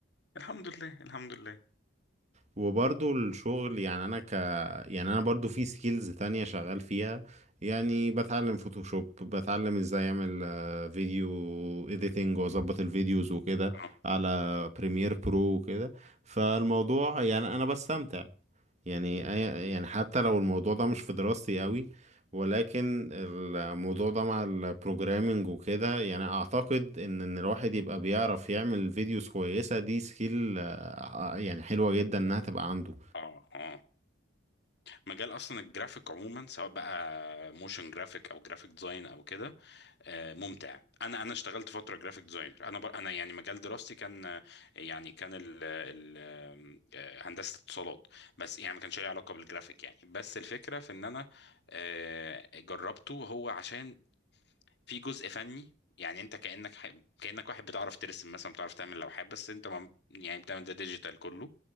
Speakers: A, on the left; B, on the right.
A: الحمد لله الحمد لله
B: وبرضو الشغل يعني انا ك يعني انا برضو في سكيلز تانية شغال فيها يعني بتعلم فوتوشوب بتعلم ازاي اعمل آه، فيديو اديتنج واظبط الفيديوز وكده
A: اه
B: على بريمير برو وكده فالموضوع يعني انا بستمتع يعني أي- يعني حتى لو الموضوع ده مش في دراستي قوي ولكن الموضوع ده مع البروجرامينج وكده يعني اعتقد ان ان الواحد يبقى بيعرف يعمل فيديوز كويسة دي سكيل آه، يعني حلوة جدا انها تبقى عنده
A: اه اه مجال اصلا الجرافيك عموما سواء بقى موشن جرافيك او جرافيك ديزاين او كده آه، ممتع انا انا اشتغلت فتره جرافيك ديزاينر انا بر... انا يعني مجال دراستي كان آه، يعني كان ال... ال... آه، هندسه اتصالات بس يعني ما كانش ليه علاقه بالجرافيك يعني بس الفكره في ان انا آه، جربته هو عشان في جزء فني يعني انت كانك ح... كانك واحد بتعرف ترسم مثلا بتعرف تعمل لوحات بس انت ما... يعني بتعمل ده ديجيتال كله